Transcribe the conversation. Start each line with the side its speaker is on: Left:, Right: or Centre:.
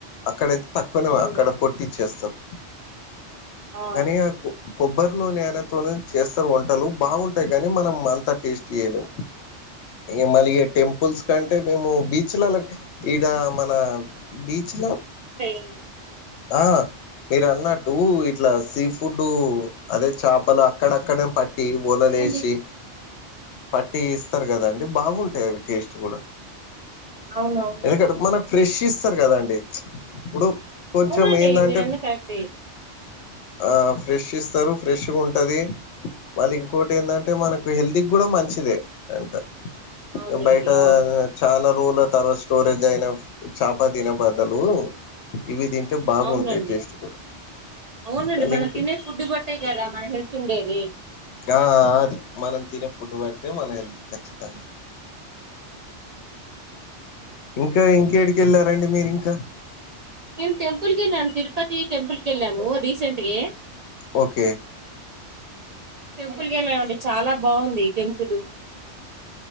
Left: అక్కడైత్ తక్కువనేవా
Right: అవును
Left: అక్కడ కొట్టిచ్చేస్తార్
Right: ఆ
Left: కానీ ఆకు కొబ్బరి నూనె అనే తోనే చేస్తారు వంటలు బావుంటాయి గానీ, మనం అంతా టేస్టీ జేయలేమ్. ఇగా మళ్ళీ ఇగా టెంపుల్స్ కంటే మేము బీచులాలక్ ఇడా మన బీచ్లా
Right: ఈఈ
Left: ఆ మీరు అన్నట్టు ఇట్లా సీ ఫుడు అదే చపలు అక్కడక్కడ పట్టి ఓలల్
Right: ఉంది
Left: ఏసి పట్టి ఇస్తారు గదండి బాగుంటాయి అవి టేస్ట్ గూడా
Right: అవునవునండి
Left: ఎందుకంటే మనక్ ఫ్రెష్ ఇస్తరు గదండి ఇప్పుడు కొంచెం
Right: అవునండి
Left: ఎందంటేక్
Right: మీరన్నది కరెక్టే
Left: ఆ ఫ్రెష్ ఇసరు, ఫ్రెషు ఉంటది. వాళ్ళు ఇంకు ఇంకోటి ఎందంటే మనకు హెల్త్ కు కూడా మంచిదే అంట
Right: అవునండి
Left: ఏమ్ బయట
Right: అవును
Left: చాలా తర్వాత స్టోరేజ్ అయిన చపతిన బదలు ఇవి తింటే బాగుంటాయి
Right: అవునండి
Left: టేస్ట్ కూడా
Right: అవునండి
Left: మళ్ళీ
Right: మనం
Left: ఇంక
Right: తినే ఫుడ్ బట్టే కదా మన హెల్త్ ఉండేది
Left: ఆ అది మనం తినే ఫుడ్ బట్టే మన హెల్త్ ఖచ్చితంగా ఇంకా ఇంకేడికేళ్ళారండి మీరింకా
Right: మేమ టెంపుల్ కి వెళ్ళాం తిరుపతి టెంపుల్ కి వెళ్లాము రీసెంట్గా
Left: ఓకే
Right: టెంపుల్కి వెళ్ళామండి చాలా బాగుంది టెంపుల్